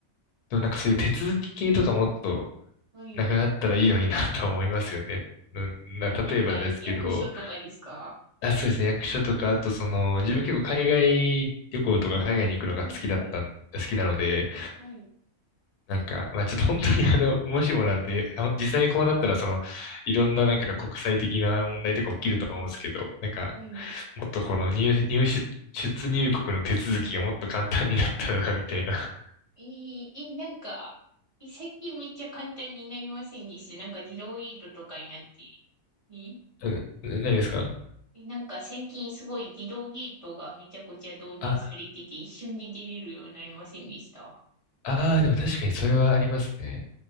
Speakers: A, on the left; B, on the right.
A: でもなんかそういう手続き系とかもっと、
B: はい。
A: なくなったらいいのになと思いますよね。<laughs> うんな、
B: え、
A: 例えばですけど、
B: なんか、役所とかですか
A: あ、そうですね、役所とか、あとその、自分結構海外旅行とか海外に行くのが好きだったん、
B: はい、はい、
A: 好きなので、
B: はい、
A: なんか、まあちょっと本当に <laughs> あの、もしもなんで、あの、実際にこうなったら、その、いろんななんか国際的な問題とか起きると思うんですけど、なんか、
B: はい。
A: もっとこの入、入出、出入国の手続きがもっと簡単になったらな、みたいな。<laughs>
B: えええなんか、え最近めっちゃ簡単になりませんでした。なんか自動ゲートとかになって。え
A: うん、な何ですか
B: えなんか最近すごい自動ゲートがめちゃくちゃ導入されてて、
A: あ、
B: 一瞬で出れるようになりませんでした。
A: ああ、でも確かにそれはありますね。